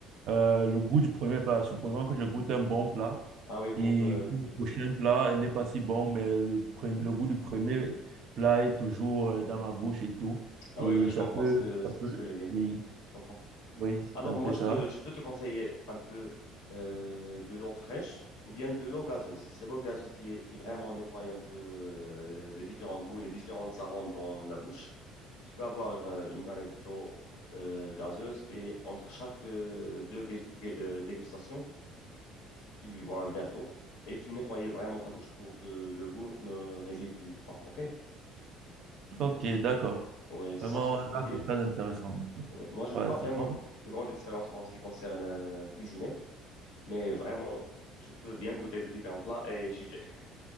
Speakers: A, on the right; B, on the left.
A: euh, le goût du premier plat, supposons que je goûte un bon plat
B: Ah oui, pour...
A: et
B: euh,
A: que le prochain plat n'est pas si bon, mais le, pre- le goût du premier plat est toujours euh, dans ma bouche et tout.
B: Ah
A: Et
B: oui, oui, je
A: ça
B: comprends
A: peut,
B: ce que,
A: ça
B: ce que
A: peut,
B: tu voulais dire.
A: oui,
B: Je comprends.
A: oui,
B: Alors
A: c'est un
B: moi,
A: peu
B: je,
A: ça.
B: te- je peux te conseiller un peu euh, de l'eau fraîche ou bien de l'eau gazeuse. C'est l'eau gazeuse qui, est- qui vraiment nettoie un peu euh, les différents goûts, les différentes arômes dans la bouche. Tu peux avoir euh, une canette d'eau euh, gazeuse et entre chaque euh, deux gué- gué- euh, dégustations, tu bois un verre d'eau et tu nettoies vraiment ta bouche pour que le goût ne réside pas. OK?
A: Ok, d'accord.
B: Oui, c'est
A: Vraiment,
B: ça ce que je
A: là,
B: peux dire.
A: c'est très intéressant.
B: Ouais. Moi, j'ai
A: Voilà
B: pas vraiment
A: c'est bon.
B: de grande expérience en ce qui concerne euh, cuisiner. Mais vraiment, je peux bien goûter de différents plats et juger.